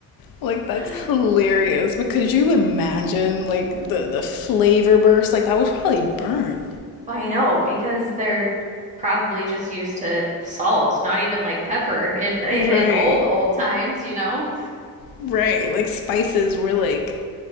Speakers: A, on the left; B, on the right.
A: Like that's
B: <laughs>
A: hilarious. But could you imagine like the the flavor burst? Like that would probably burn.
B: I know because they're probably just used to salt, not even like pepper in in
A: Right.
B: old old times, you know?
A: Right. Like spices were like